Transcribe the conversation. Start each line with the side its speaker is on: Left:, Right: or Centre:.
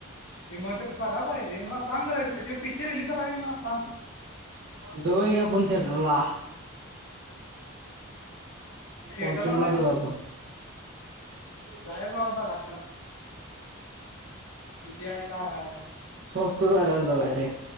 Left: ते मग ते बघाय पाहिजे रे मग. सांग जरा तो पिक्चर रिलीज झाला का नाही मला सांग.
Right: जाऊया की आपण थेटरला.
Left: थेटर
Right: फॉर्च्युनला
Left: ला जाऊया?
Right: आपण
Left: नाहीय बाबा बघाय किती आहे काय आहे
Right: स्वस्त झाल्यावर जाऊया रे.